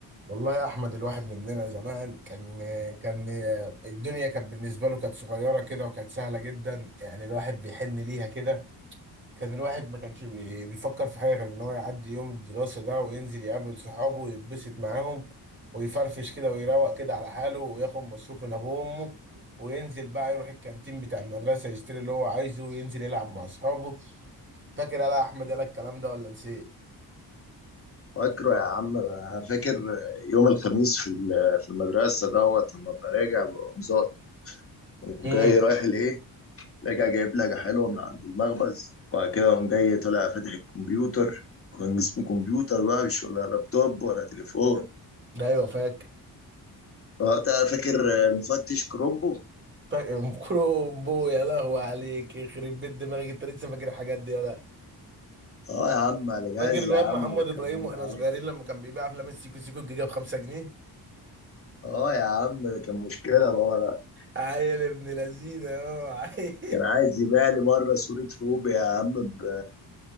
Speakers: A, on the right (about 30°); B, on the left (about 35°).
A: والله يا احمد الواحد مننا زمان كان كان الدنيا كانت بالنسبه له كانت صغيره كده وكانت سهله جدا يعني الواحد بيحن ليها كده كان الواحد ما كانش بي- بيفكر في حاجه غير ان هو يعدي يوم الدراسه ده وينزل يقابل صحابه ويتبسط معاهم ويفرفش كده ويروق كده على حاله وياخد مصروف من ابوه وامه وينزل بقى يروح الكانتين بتاع المدرسه يشتري اللي هو عايزه وينزل يلعب مع اصحابه فاكر يلا يا احمد يلا الكلام ده ولا نسيت
B: فاكره يا عم أنا فاكر يوم الخميس في ال- في المدرسه دوت لما ابقى راجع بقوم زا- قوم
A: امم
B: جاي رايح لايه راجع جايب لجه حلوه من عند المخبز وبعد كده قوم جاي طالع فاتح الكمبيوتر كان اسمه كمبيوتر بقى مش ولا لابتوب ولا تليفون
A: ايوه فاكر
B: وقتها فاكر المفتش كرومبو
A: فاكر كرومبو يا لهو عليك يخرب بيت دماغك انت لسه فاكر الحاجات دي يا لا
B: اه يا عم على جهاز
A: فاكر الواد
B: يا
A: محمد
B: عم وكان
A: ابراهيم واحنا
B: عالي
A: صغيرين لما كان بيبيع افلام السيكو سيكو الجيجا ب 5 جنيه
B: اه يا عم ده كان مشكله بابا ده
A: عيل ابن لذينه اه عيل
B: كان عايز يبيع لي مره صوره روبي يا عم ب